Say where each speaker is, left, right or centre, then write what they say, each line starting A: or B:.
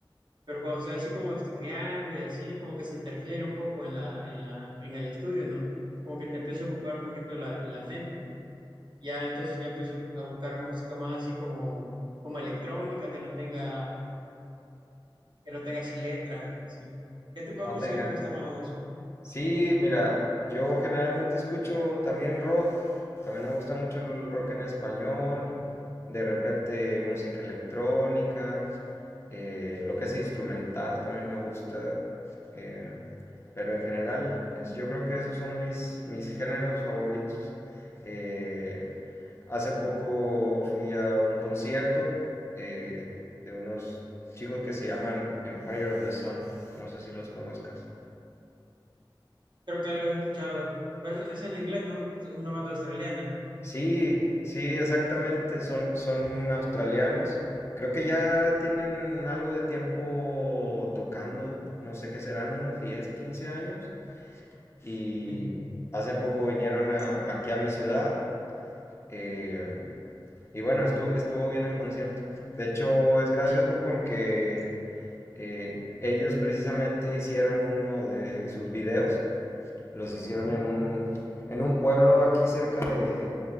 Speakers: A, on the right (about 60°); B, on the left (about 30°).
A: pero cuando estoy así como estudiando y así, como que se interfiere un poco en la, en la, en el estudio, ¿no? Como que te empieza a ocupar un poquito la, la mente. Ya entonces ya empiezo a buscar música más así como, como electrónica, que no tenga, que no tenga así letras, así. ¿Qué tipo de
B: No
A: música
B: tengas.
A: te gusta más a vos?
B: Sí, mira, yo generalmente escucho también rock, también me gusta mucho el rock en español, de repente música electrónica, eh, lo que es instrumental también me gusta, eh, pero en general es, yo creo que esos son mis, mis géneros favoritos. Eh, hace poco fui a un concierto eh, de unos chicos que se llaman Empire of the Sun, no sé si los conozcas.
A: Creo que ya lo he escuchado, pero es es en inglés, ¿no? Es una banda australiana.
B: Sí, sí, exactamente, son, son australianos. Creo que ya tienen algo de tiempo tocando, no sé qué serán, unos 10, 15 años. Y
A: Sí,
B: hace poco vinieron a- aquí a mi ciudad. eh, y bueno, estuvo, estuvo bien el concierto. De hecho, es gracioso
A: sí.
B: porque eh, ellos precisamente hicieron uno de sus videos. Los hicieron
A: Ujú.
B: en un, en un pueblo aquí cerca de,